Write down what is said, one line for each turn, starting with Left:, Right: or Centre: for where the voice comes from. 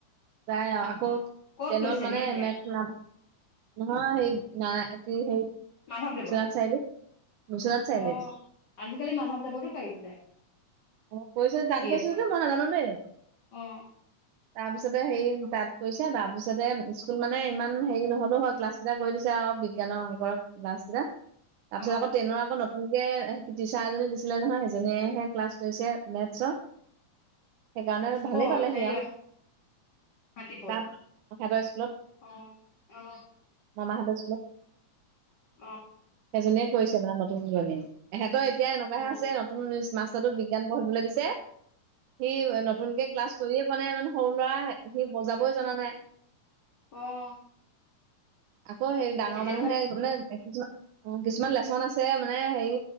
Right: যায় আৰু,
Left: অ অ
Right: আকৌ
Left: ক'ত
Right: টেনত
Left: কৈছে
Right: মানে
Left: বিহপুৰীয়া
Right: মেটছ নাম নহয় সেই ন কি সেই বিশ্বনাথ
Left: মাধৱদেৱত
Right: চাৰিআলি, বিশ্বনাথত চাৰিআলি।
Left: অ আজিকালি মাধৱদেৱতো পাৰি বোলে।
Right: অহ', কৈছে যদি‌ তাৰ
Left: বি
Right: পিছত
Left: এডটো
Right: মই নাজানো দেই।
Left: অ
Right: তাৰপিছতে হেৰি তা'ত গৈছে তাৰপিছতে স্কুল মানে ইমান হেৰি নহ'লেও হয়। ক্লাছ তা'তে কৰি দিছে আৰু বিজ্ঞানৰ, অংকৰ ক্লাছ কেইটা। তাৰপিছত
Left: অ
Right: আকৌ টেনৰ আকৌ নতুনকে টিচাৰ এজনী দিছিলে নহয়। সেইজনীয়ে'হে ক্লাছ কৰিছে মেথছৰ। সেইকাৰণে ভালেই
Left: ক'ত
Right: পালে
Left: হেৰি
Right: সি আৰু।
Left: শান্তিপথ
Right: তা'ত সিহঁতৰ স্কুলত
Left: অ অ
Right: মামাহঁতৰ অ।
Left: অঁ।
Right: সেইজনীয়ে কৈছে মানে নতুন জনী সিহঁতৰ এতিয়া এনেকুৱাহে
Left: অ
Right: আছে নু- ইংলিছ মাস্তৰটোত বিজ্ঞান পঢ়িবলৈ দিছে। সি নতুনকে ক্লাছ- কৰিয়ে পোৱা নাই মানে সৰু ল'ৰা সি বজাবলৈ জনা নাই।
Left: অঁহ।
Right: আকৌ হে ডাঙৰ
Left: তেতিয়াহ'লে
Right: মানুহে মানে কিছুমান অ কিছুমান লেচন আছে মানে হেৰি